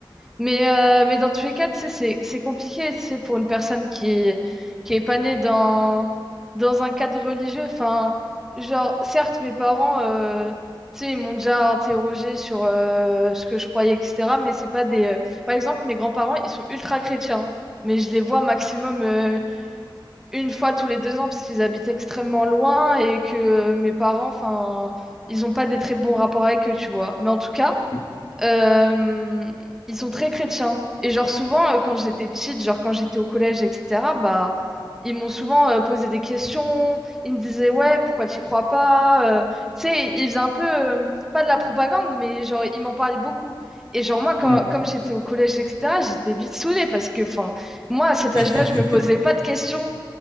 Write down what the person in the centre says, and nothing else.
Mais, euh, mais dans tous les cas, tu sais, c'est c'est compliqué, tu sais, pour une personne qui, qui est pas née dans, dans un cadre religieux. Enfin, genre, certes, mes parents, euh, tu sais, ils m'ont déjà interrogé sur euh, ce que je croyais, etc. Mais c'est pas des... euh, Par exemple, mes grands-parents, ils sont ultra chrétiens, mais je les vois maximum euh, une fois tous les deux ans parce qu'ils habitent extrêmement loin et que euh, mes parents, enfin, ils n'ont pas des très bons rapports avec eux, tu vois. Mais en tout cas,
euh, ils sont très chrétiens. Et genre souvent, euh, quand j'étais petite, genre quand j'étais au collège, etc., bah, ils m'ont souvent euh, posé des questions. Ils me disaient, ouais, pourquoi tu crois pas? Euh, tu sais, ils faisaient un peu, euh, pas de la propagande, mais genre, ils m'en parlaient beaucoup. Et genre, moi, quand,
comme j'étais au collège, etc., j'étais vite saoulée parce que, enfin, moi, à cet âge-là,
je me posais pas de questions.